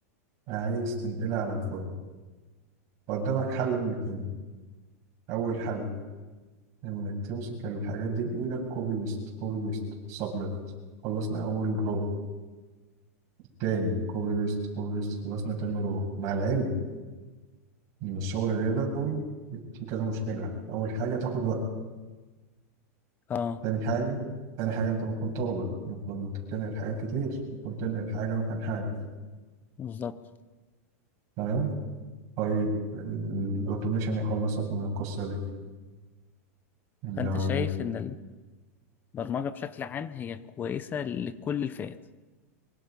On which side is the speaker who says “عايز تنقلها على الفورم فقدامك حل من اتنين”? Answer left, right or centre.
Right